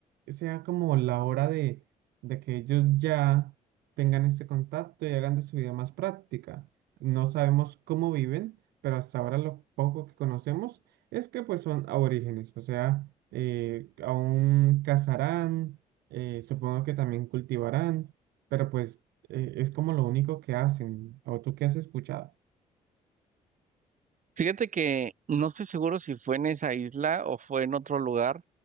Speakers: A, on the right; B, on the right.
A: sea como la hora de, de que ellos ya tengan este contacto y hagan de su vida más práctica. No sabemos cómo viven, pero hasta ahora lo poco que conocemos es que pues son aborígenes, o sea, eh, aún cazarán, eh, supongo que también cultivarán, pero pues eh, es como lo único que hacen. ¿O tú qué has escuchado?
B: Fíjate que no estoy seguro si fue en esa isla o fue en otro lugar